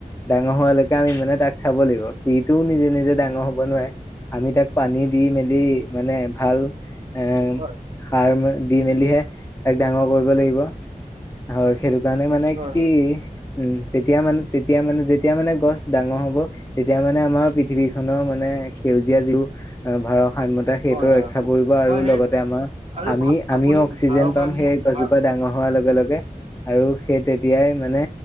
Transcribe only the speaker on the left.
ডাঙৰ হোৱালৈকে আমি মানে তাক চাব লাগিব। সেইটোও নিজে নিজে ডাঙৰ হব নোৱাৰে আমি তাক পানী দি মেলি। মানে ভাল এ
সাৰ দি মেলিহে তাক ডাঙৰ কৰিব লাগিব। হয় সেইটো কাৰণে মানে
কি উম তেতিয়া মানে তেতিয়া মানে যে তেতিয়া মানে গছ ডাঙৰ হ'ব। তেতিয়া মানে আমাৰ পৃথিৱী খনৰ মানে সেউজীয়া যিও ভাৰসাম্য সেইটো
ৰক্ষা পৰিব আৰু
লগতে আমাৰ
আমি আমিও
অক্সিজেন
পাম, সেই গছজোপা ডাঙৰ হোৱাৰ লগে লগে। আৰু সেই তেতিয়াই মানে